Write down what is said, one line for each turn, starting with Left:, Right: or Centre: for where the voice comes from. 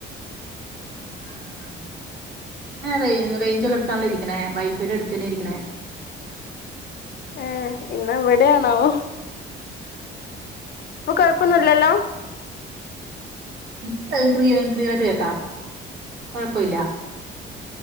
Right: ആഹ് ആഹ് ആഹ് ആഹ് ഞാൻ റെയിഞ്ച് ഉള്ളിടത്ത് ആണല്ലോ ഇരിക്കണേ വൈഫൈയുടെ എടുത്തന്നെ ഇരിക്കണേ
Left: ഏഹ് ഇന്നാ ഇവടെയാണാവോ ഇപ്പൊ കൊഴപ്പൊന്നുമല്ലല്ലോ
Right: ഉം. എനിക്ക് ക് ക്ലിയർയായിട്ട് കേക്കാം കൊഴപ്പല്ല